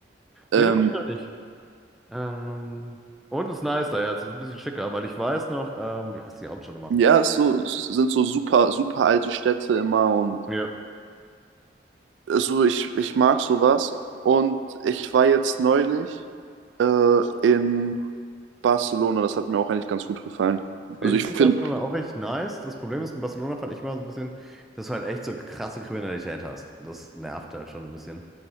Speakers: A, on the right; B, in the centre.
A: ähm,
B: Nee, da war ich noch nicht. Ähm, und ist nicer, ja, jetzt, ist ein bisschen schicker, weil ich weiß noch, ähm, wie heißt die Hauptstadt nochmal?
A: ja, es so, es sind so super, super alte Städte immer und
B: Ja.
A: äh, so, ich, ich mag sowas. Und ich war jetzt neulich äh, in Barcelona, das hat mir auch eigentlich ganz gut gefallen.
B: Ich
A: Also ich
B: finde
A: finde,
B: Barcelona auch echt nice. Das Problem ist, in Barcelona fand ich immer so ein bisschen, dass du halt echt so krasse Kriminalität hast. Das nervt halt schon ein bisschen.